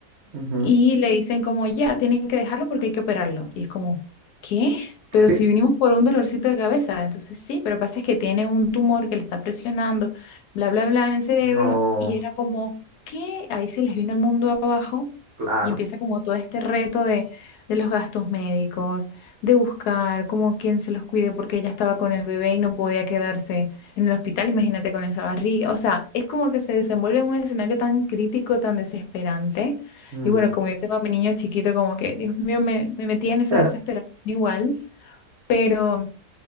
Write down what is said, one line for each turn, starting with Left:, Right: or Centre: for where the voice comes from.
Right: Ujú.
Left: y le dicen como, ya, tienen que dejarlo porque hay que operarlo. Y es como, ¿qué? Pero
Right: <laughs>
Left: si vinimos por un dolorcito de cabeza, entonces sí, pero pasa es que tiene un tumor que le está presionando, bla, bla, bla, en el cerebro,
Right: No,
Left: y era como, ¿qué? Ahí se les vino el mundo abajo
Right: claro.
Left: y empieza como todo este reto de, de los gastos médicos, de buscar como quién se los cuide porque ella estaba con el bebé y no podía quedarse en el hospital, imagínate con esa barriga, o sea, es como que se desenvuelve en un escenario tan crítico, tan desesperante
Right: Mm.
Left: y bueno, como yo tengo a mi niño chiquito, como que, Dios mío, me, me metí en esa
Right: <laughs>
Left: desesperación igual, pero